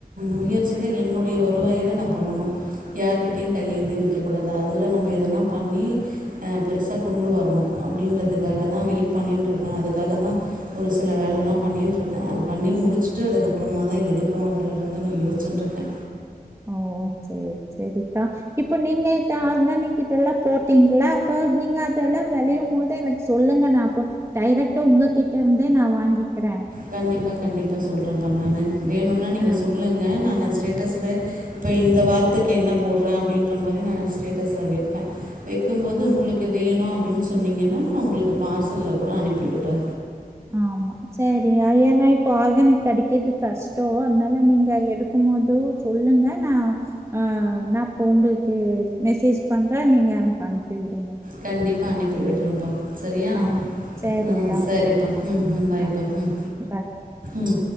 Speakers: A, on the right; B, on the right.
A: முயற்சியில என்னுடைய வருவாயில்ல நா பண்ணணு யாருகிட்டயையு கையேந்தி நிக்க கூடாது அதுல நம்ம எதனா பண்ணி அ பெருசா கொண்டு வரணு அப்டின்றதுக்காக தா வெயிட் பண்ணின்ருக்கே அதுக்காக தா ஒரு சில வேலையெல்லா பண்ணின்ருக்கே அது பண்ணி முடுச்சுட்டு அதுக்கப்புறமா தா எடுக்கனு அதுல இருந்துனு யோசுஞ்சுன்ருக்கே
B: ஓ செரி செரிக்கா இப்ப நீங்க இத ஆர்கானிக் இதெல்லா போட்டீங்களா அப்போ நீங்க அதெல்லா வெளையும் போதே எனக்கு சொல்லுங்க நா அப்போ டைரெக்டா உங்ககிட்ட இருந்தே நா வாங்கிக்கறே
A: கண்டிப்பா கண்டிப்பா சொல்றேன்பா நானு வேணுனா நீங்க
B: ஆ,
A: சொல்லுங்க நானு ஸ்டேட்டஸ்ல இப்போ இந்த வாரத்துக்கு என்ன போட்றே அப்டின்ற மாரி நா ஸ்டேட்டஸ்ல வைப்பே வைக்கும்போது
B: ஆ,
A: உங்களுக்கு வேணு அப்டின் சொன்னிங்கனா நா உங்களுக்கு பார்சல்ல கூட அனுப்பி விட்ற
B: ஆமா செரி ஏனா இப்ப ஆர்கானிக் கெடைக்கிறது கஷ்டோ அதனால நீங்க எடு க்கும் போது சொல்லுங்க நா ஆ நானஃ அப்ப உங்களுக்கு மெசேஜ் பண்ற நீங்க எனக்கு அனுப்பி விடுங்க
A: கண்டிப்பா அனுப்பி விட்றேன்பா செரியா
B: ஆ சரிக்கா
A: அ செரிப்பா
B: அப்போ.
A: ம் ம் பாய்பா
B: ஆ
A: ம்
B: ப
A: ம்